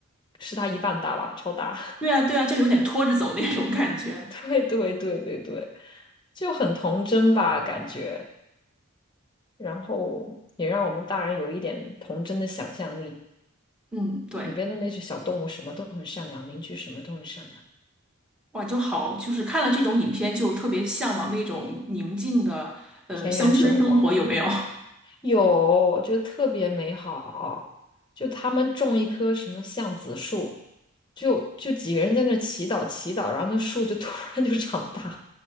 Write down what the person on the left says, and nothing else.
是他一半大吧，超大。<laughs>
对对对对对，就很童真吧，感觉。然后也让我们大人有一点童真的想象力。
里边的那些小动物什么都很善良，邻居什么都很善良。
田园生活
有，我觉得特别美好。就他们种一棵什么橡子树，就就几个人在那祈祷祈祷，然后那树就 <laughs> 突然就长大了。